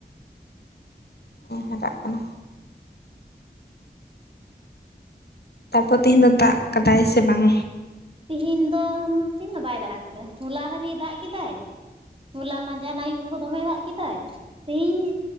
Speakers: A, on the left; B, on the right.
A: ᱮᱸ ᱦᱟᱨᱟᱜ ᱠᱟᱱᱟ᱾ ᱛᱟᱨᱯᱚᱨ ᱛᱤᱦᱤᱧ ᱫᱚ ᱫᱟᱜ ᱠᱟᱫᱟᱭ ᱥᱮ ᱵᱟᱝ?
B: ᱛᱤᱦᱤᱧ ᱫᱚ ᱛᱤᱦᱤᱱ ᱫᱚ ᱵᱟᱭ ᱫᱟᱜ ᱟᱠᱟᱫᱟ ᱦᱚᱞᱟ ᱦᱟᱹᱨᱤ ᱫᱟᱜ ᱠᱮᱫᱟᱭ᱾ ᱦᱚᱞᱟ ᱢᱟᱸᱡᱟᱱ ᱟᱹᱭᱩ ᱦᱚᱸ ᱫᱚᱢᱮ ᱫᱟᱜ ᱠᱮᱫᱟᱭ ᱛᱤᱦᱤᱧ